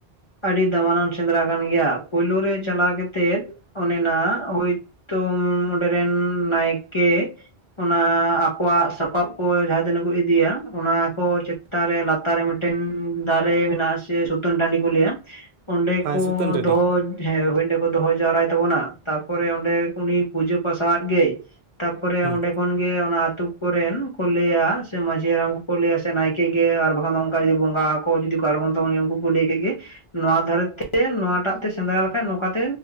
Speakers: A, on the left; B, on the right.
A: ᱟᱹᱰᱤ ᱫᱟᱢᱟᱱᱟᱱ ᱥᱮᱸᱫᱽᱨᱟ ᱠᱟᱱ ᱜᱮᱭᱟ ᱾ ᱯᱩᱭᱞᱳ ᱨᱮ ᱪᱟᱞᱟᱣ ᱠᱟᱛᱮᱫ ᱚᱱᱮ ᱱᱟᱜ ᱦᱳᱭ ᱛᱚ ᱚᱸᱰᱮ ᱨᱮᱱ ᱱᱟᱭᱠᱮ ᱚᱱᱟ ᱟᱠᱚᱣᱟᱜ ᱥᱟᱯᱟᱵᱽ ᱠᱚ ᱡᱟᱦᱟᱸ ᱛᱤᱱᱟᱹᱜ ᱠᱚ ᱤᱫᱤᱭᱟ ᱚᱱᱟ ᱠᱚ ᱪᱮᱼ ᱼᱛᱟᱱ ᱨᱮ ᱞᱟᱛᱟᱨ ᱨᱮ ᱢᱤᱫᱴᱮᱱ ᱫᱟᱨᱮ ᱢᱮᱱᱟᱜᱼᱟ ᱟ ᱥᱮ ᱥᱩᱛᱟᱹᱱ ᱴᱟᱺᱰᱤ ᱠᱚ ᱞᱟᱹᱭᱟ ᱾ ᱚᱸᱰᱮ
B: ᱦᱮᱸ
A: ᱠᱚ
B: ᱥᱩᱛᱟᱹᱱ ᱴᱟᱺᱰᱤ
A: ᱫᱚᱦᱚ ᱾ ᱦᱮᱸ ᱦᱳᱭ ᱚᱸᱰᱮ ᱠᱚ ᱫᱚᱦᱚ ᱡᱟᱣᱨᱟᱭ ᱛᱟᱵᱚᱱᱟ, ᱛᱟᱯᱚᱨᱮ ᱚᱸᱰᱮ ᱩᱱᱤ ᱯᱩᱡᱟᱹ ᱯᱟᱥᱟ ᱟᱫ ᱜᱮ ᱾ ᱛᱟᱯᱚᱨᱮ
B: ᱦᱮᱸ
A: ᱚᱸᱰᱮ ᱠᱷᱚᱱ ᱜᱮ ᱚᱱᱟ ᱟᱹᱛᱩ ᱠᱚᱨᱮᱱ ᱠᱚ ᱞᱟᱹᱭᱟ ᱥᱮ ᱢᱟᱡᱷᱤ ᱦᱟᱲᱟᱢ ᱠᱚ ᱞᱟᱹᱭᱟ ᱥᱮ ᱱᱟᱭᱠᱮ ᱜᱮ ᱟᱨ ᱵᱟᱠᱷᱟᱱ ᱫᱚ ᱚᱱᱠᱟ ᱡᱮ ᱵᱚᱸᱜᱟ ᱠᱚ ᱡᱩᱫᱤ ᱠᱚ ᱟᱬᱜᱚᱱ ᱛᱟᱵᱚᱱ ᱜᱮᱭᱟ ᱩᱱᱠᱩ ᱠᱚ ᱞᱟᱹᱭ ᱠᱮᱫ ᱜᱮ ᱾ ᱱᱚᱣᱟ ᱫᱷᱟᱨᱮ ᱛᱮ ᱱᱚᱣᱟᱴᱟᱜ ᱛᱮ ᱥᱮᱸᱫᱽᱨᱟ ᱞᱮᱠᱷᱟᱡ ᱱᱚᱝᱠᱟ ᱛᱮ